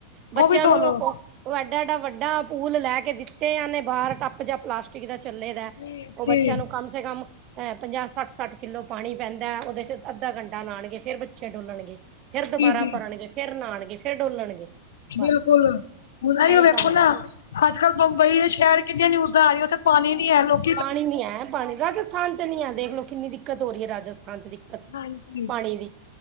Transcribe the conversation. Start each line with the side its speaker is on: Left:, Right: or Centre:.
Right: ਬੱਚਿਆਂ
Left: ਉਹ ਵੀ ਧੋ
Right: ਨੂੰ
Left: ਲੋ
Right: ਉਹ ਐਡਾ- ਐਡਾ ਵਡਾ ਪੂਲ ਲੈ ਕੇ ਦਿਤੇ ਹੈ ਨੇ ਬਾਹਰ ਟਬ ਜਾਂ ਪਲਾਸਟਿਕ ਪਲਾਸਟਿਕ ਦਾ ਚਲੇ ਦਾ
Left: ਜੀ
Right: ਉਹ
Left: ਜੀ
Right: ਬੱਚਿਆਂ ਨੂੰ ਕਮ ਸੇ ਕਮ ਅਹ ਪੰਜਾਹ ਸੱਠ ਸੱਠ ਕਿਲੋ ਪਾਣੀ ਪੈਂਦਾ ਉਹਦੇ 'ਚ ਅੱਧਾ ਘੰਟਾ ਨਹਾਣਗੇ ਫੇਰ ਬੱਚੇ ਡੋਲਣਗੇ। ਫੇਰ ਦੁਬਾਰਾ
Left: ਜੀ ਜੀ
Right: ਭਰਨਗੇ ਫੇਰ ਨਹਾਣਗੇ ਫੇਰ ਡੋਲਣਗੇ
Left: <unintelligible>
Right: ਬਸ ਇਹੀ ਕੰਮ ਰਹਿ ਗਿਆ
Left: ਅਜ ਕਲ ਬੰਬਈ ਸ਼ਹਿਰ ਕਿਨੀਆਂ ਨਿਊਜ਼ਾਂ ਆ ਰਹੀਆ ਉਥੇ ਪਾਣੀ ਨੀ ਹੈ। ਲੋਕ
Right: ਪਾਣੀ ਨੀ ਹੈ ਪਾਣੀ ਰਾਜਸਥਾਨ ਚ ਨੀ ਹੈ। ਦੇਖਲੋ ਕਿਨੀ ਦਿਕਤ ਹੋ ਰਹੀ ਹੈ। ਰਾਜਸਥਾਨ 'ਚ
Left: ਹਾਂਜੀ-
Right: ਪਾਣੀ ਦੀ